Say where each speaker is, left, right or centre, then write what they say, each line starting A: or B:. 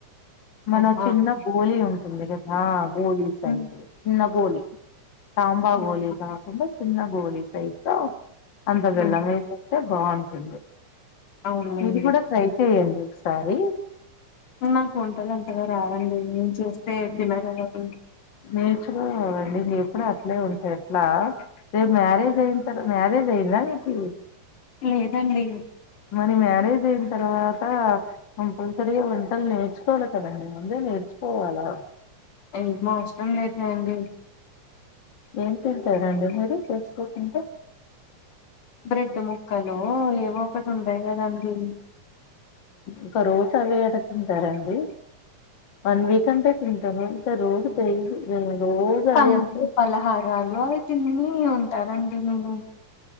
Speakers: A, on the left; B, on the left.
A: మన
B: ఆహా
A: చిన్న గోలి ఉం <unintelligible> పోలీస్
B: ఉమ్,
A: అయి <inaudible> న్న బోలీ తంబా
B: ఉమ్,
A: బోలీ కాకుండా చిన్న గోలి సయిజు అంత బెల్ల
B: ఉమ్,
A: మే సతే బాగుంటుంది
B: అవునులేండి
A: మీది కూడా ట్రై చెయండి సారి
B: నాకు వంటలు అంతగా రావండి వస్తాయండీ న్నాకురవు
A: నేర్చుకోవండి ఎప్పుడు అట్లే ఉంటె ఎట్లా రేపు మ్యారేజ్ అయిన తర్వా మ్యారేజ్ అయ్యిందా మీకి
B: లేదండి
A: మరి మ్యారేజ్ అయిన తర్వాత కంపల్సరిగా వంటలు నేర్చుకోవాలి. కదండి ముందే నేర్చుకోవాలా
B: ఎం అవసరం లేదులే అండి
A: ఏం తింటారండి మీరు చేసుకోకుంటే
B: బ్రెడ్ ముక్కలు ఏవో ఒకట్ ఉంటాయి కదండి
A: ఒక రోజు అవే ఆడ తింటారండి వన్ వీక్ అంటే తింటారూ ఇంకా రోజు డైలీ రోజు
B: పంలు
A: అవే అంటే
B: పలహారాలు అవి తిన్ని ఉ సరెండి మేము